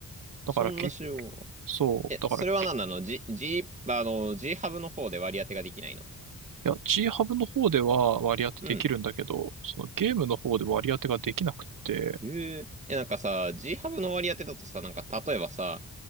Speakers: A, on the right; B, on the right.
A: だからけ、
B: そんな仕様。
A: そう、
B: え、
A: だからけ、
B: それは何なの ?G、G、あの、G ハブの方で割り当てができないの
A: いや、G ハブの方では割り当てできるんだけど、
B: うん。
A: そのゲームの方で割り当てができなくって、
B: へえ。え、なんかさ、G ハブの割り当てだとさ、なんか例えばさ、